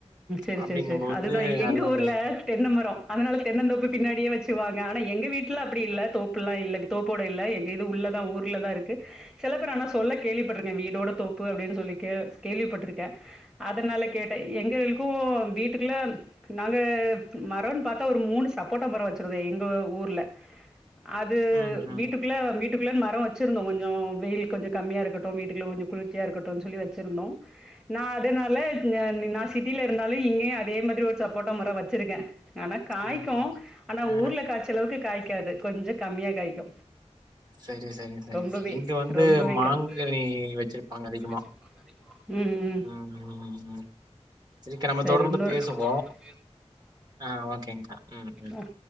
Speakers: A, in the centre; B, on the right.
A: இப்போ
B: அப்படிங்கும்போது எல்லாமே.
A: தென்ன மரோ அதனால தென்னந்தோப்பு பின்னாடியே வெச்சு வாங்க ஆனா எங்க வீட்ல அப்டி இல்ல தோப் ப்புல்லா தோப்போட இல்ல எங்க இது உள்ளதா ஊர்ல தா இருக்கு சில பேரு ஆனா சொல்ல கேள்விப்பட்ருக்கே வீடோட தோப்பு அப்டின்னு சொல்லி கே கேள்விப்பட்ருக்கே அதனால கேட்ட எங்களுக்கு வீட்டுக்குள்ள நாழு மரோன்னு பாத்தா ஒரு மூணு சப்போட்டா மரொ வெச்சிர்ந்தோ எங்க ஊர்ல அது
B: ம், ம்.
A: வீட்டு குள்ள வீட்டுக்குள்ளனெ மரோ வெச்சுருந்தோ கொஞ்சோ வெயில் கொஞ்சோ கம்மியா இருக்கட்டு வீட்டுக்குள்ள கொஞ்ச குளிர்ச்சியா இருக்கட்டுன் சொல்லி வெச்சுருந்தோ நா அதனால நா நா சிட்டில இருந்தாலு இங்கயு அதே மாரி ஒரு சப்போட்டா மரோ வச்சிருக்கே ஆனா காய்க்கு
B: ஆஹ
A: ஆனா
B: ஆ
A: ஊர்ல காய்ச்சளவுக்கு காய்க்காது கொஞ்சோ கம்மியா காய்க்கு
B: சரி சரி சரி
A: ரொம்பவே
B: இங்க வந்து
A: ரொம்பவே
B: மாங்கனி
A: கம் வந்து
B: வெச்சுருப்பாங்க அதிகமா
A: வச்சிருப்பாங்க. ம் ம்
B: ம் ம் ம் சீக்கிரமா
A: சரி
B: தொடர்ந்து
A: இன்னொரு ஓகே, நம்ம
B: பேசுவோ
A: தொடர்ந்து
B: ஆ ஓகேங்கா ம் ம்
A: ஆ